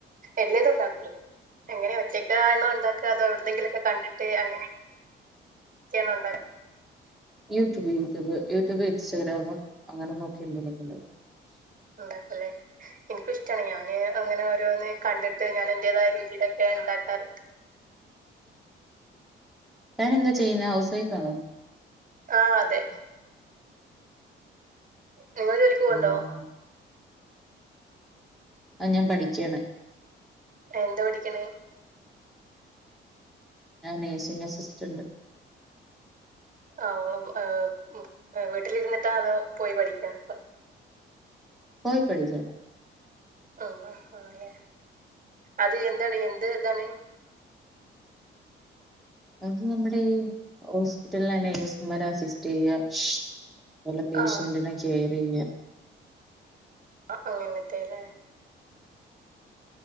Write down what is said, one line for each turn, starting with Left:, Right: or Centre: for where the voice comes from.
Right: എല്ലാതും ഉണ്ടാക്കും എങ്ങനെ ഒച്ചക്കാണോ ഉണ്ടാക്കുക അതോ എവിടെന്നെങ്കിലൊക്കെ കണ്ടിട്ട് അങ്ങനെ ച്ചയാണോ ഉണ്ടാ
Centre: യൂട്യൂബ് യൂട്യൂബ് യൂട്യൂബ് ഇൻസ്റ്റാഗ്രാമ് അങ്ങനെ നോക്കി എന്തേലുമൊക്കെ ഉണ്ടാക്കും
Right: ഉണ്ടാക്കുംല്ലേ എനിക്കുഷ്ടാണ് ഞാന് അങ്ങനെ ഓരോന്ന് കണ്ടി ട്ട് ഞാനെന്റെതായ രീതിലൊക്കെ ഇണ്ടാക്കാറുണ്ട്
Centre: താനെന്താ ചെയ്യുന്നേ ഹൗസ് വൈഫാണോ
Right: ആഹ് അതെ നിങ്ങള് ജോലിക്ക് പോണുണ്ടോ
Centre: ഉം ആഹ് ഞാൻ പഠിക്കാണ്
Right: എന്താ പഠിക്കണേ
Centre: ഞാൻ നേഴ്സിംഗ് അസിസ്റ്റന്റ്
Right: ആഹ് ആഹ് വീട്ടിലിരുന്നിട്ടാ അതോ പോയി പഠിക്കാ <unintelligible>
Centre: പോയി പഠിക്കാണ്
Right: ആഹ് ആല്ലെ അത് എന്താണ് എന്ത് ഇതാണ്
Centre: അത് നമ്മുടെ ഈ ഹോസ്പിറ്റലിലാണെ നഴ്സുമാരെ അസിസ്റ്റ് ചെയ്യുക അതുപോലെ പേഷ്യന്റിനെ
Right: ആഹ്
Centre: കെയറ് ചെയ്യുക
Right: ആഹ് അങ്ങനത്തെല്ലേ